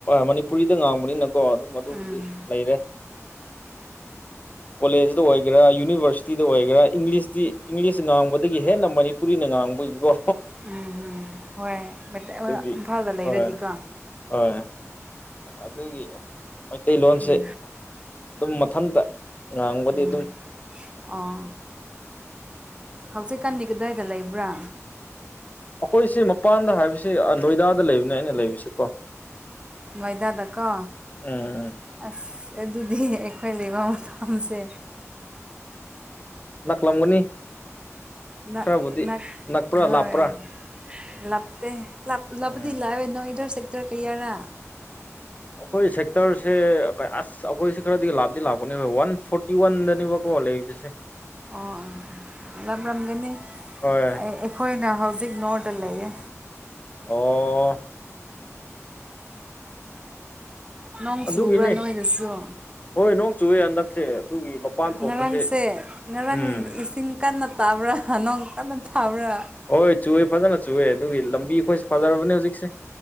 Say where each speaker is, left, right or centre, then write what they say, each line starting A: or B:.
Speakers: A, on the left (about 30°); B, on the right (about 20°).
A: ꯃꯅꯤꯄꯨꯔꯤꯗ ꯉꯥꯡꯕꯅꯤꯅ ꯀꯣ ꯑꯗꯨꯝ ꯑꯗꯨꯕꯨꯗꯤ
B: ꯎꯝ
A: ꯂꯩꯔꯦ ꯀꯣꯂꯦꯖꯗ ꯑꯣꯏ ꯑꯣꯏꯒꯦꯔꯥ ꯌꯨꯅꯤꯚꯔꯁꯤꯇꯤꯗ ꯑꯣꯏꯒꯦꯔꯥ ꯏꯪꯂꯤꯁꯇꯤ ꯏꯪꯂꯤꯁ ꯉꯥꯡꯕꯗꯒꯤ ꯍꯦꯟꯅ ꯃꯅꯤꯄꯨꯔꯤꯅ ꯉꯥꯡꯕ ꯢꯕꯣ
B: ꯎꯝ ꯎꯝ ꯍꯣꯏ
A: ꯑꯗꯨꯒꯤ
B: ꯏꯝꯐꯥꯜꯗ ꯂꯩꯔꯗꯤꯀꯣ
A: ꯍꯣꯏ ꯍꯣꯏ ꯑꯗꯨꯒꯤ ꯃꯩꯇꯩꯂꯣꯟꯁꯦ
B: ꯎꯝ
A: ꯑꯗꯨꯝ ꯃꯊꯟꯇ ꯉꯥꯡꯕꯗꯤ
B: ꯎꯝ
A: ꯑꯗꯨꯝ
B: ꯑꯣ ꯍꯧꯖꯤꯛꯀꯥꯟꯗꯤ ꯀꯗꯥꯏꯗ ꯂꯩꯕ꯭ꯔꯥ
A: ꯑꯩꯈꯣꯏꯁꯤ ꯃꯄꯥꯟꯗ ꯍꯥꯏꯕꯁꯤ ꯅꯣꯏꯗꯥꯗ ꯂꯩꯕꯅꯦ ꯑꯩꯅ ꯂꯩꯕꯁꯤ ꯀꯣ
B: ꯅꯣꯏꯗꯥꯗ ꯀꯣ
A: ꯎꯝ
B: ꯑꯁ ꯑꯗꯨꯗꯤ ꯑꯩꯈꯣꯏ ꯂꯩꯕ ꯃꯐꯝꯁꯦ
A: ꯅꯛꯂꯝꯒꯅꯤ
B: ꯅ
A: ꯈꯔꯕꯨꯗꯤ
B: ꯅ
A: ꯅꯛꯄ꯭ꯔꯥ
B: ꯍꯣꯏ
A: ꯂꯥꯞꯄ꯭ꯔꯥ
B: ꯂꯥꯞꯇꯦ ꯂꯥꯞꯂꯕꯗꯤ
A: ꯎꯝ
B: ꯂꯥꯛꯑꯣꯏ ꯅꯣꯏ ꯁꯦꯛꯇꯔ ꯀꯌꯥꯔꯥ
A: ꯑꯩꯈꯣꯏ ꯁꯦꯛꯇꯔꯁꯦ ꯑꯁ ꯑꯩꯈꯣꯏꯁꯦ ꯈꯔꯗꯤ ꯂꯥꯞꯇꯤ ꯂꯥꯛꯄꯅꯤ ꯋꯥꯟ ꯐꯣꯔꯇꯤ ꯋꯥꯟ ꯗꯅꯦꯕꯀꯣ ꯂꯩꯔꯤꯕꯁꯦ <inaudible>
B: ꯑꯣ ꯂꯥꯞꯂꯝꯒꯅꯤ
A: ꯍꯣꯏ
B: ꯑꯩꯈꯣꯏꯅ ꯍꯧꯖꯤꯛ ꯅꯣꯔꯠꯇ ꯂꯩꯌꯦ
A: ꯑꯣ
B: ꯅꯣꯡ
A: ꯑꯗꯨꯒꯤꯅꯤ
B: ꯆꯨꯕ꯭ꯔꯥ ꯅꯣꯏꯗꯁꯨ
A: ꯍꯣꯏ ꯅꯣꯡ ꯆꯨꯑꯦ ꯍꯟꯗꯛꯁꯦ ꯑꯗꯨꯒꯤ ꯃꯄꯥꯟ ꯊꯣꯛꯄꯁꯦ
B: ꯉꯔꯥꯡ ꯁꯦ ꯉꯔꯥꯡ
A: ꯎꯝ
B: ꯏꯁꯤꯡ ꯀꯟꯅ ꯇꯥꯕ꯭ꯔꯥ ꯅꯣꯡ ꯀꯟꯅ ꯊꯥꯕ꯭ꯔꯥ
A: ꯍꯣꯏ ꯆꯨꯑꯦ ꯐꯖꯅ ꯆꯨꯑꯦ ꯑꯗꯨꯒꯤ ꯂꯝꯕꯤ ꯑꯩꯈꯣꯏꯁꯦ ꯐꯖꯔꯕꯅꯦ ꯍꯧꯖꯤꯛꯁꯦ